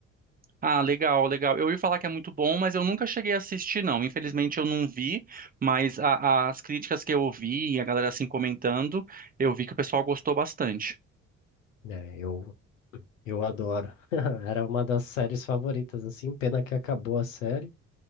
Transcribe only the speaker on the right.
Ah, legal, legal. Eu ia falar que é muito bom, mas eu nunca cheguei a assistir, não. Infelizmente eu não vi, mas a- as críticas que eu ouvi e a galera assim comentando, eu vi que o pessoal gostou bastante.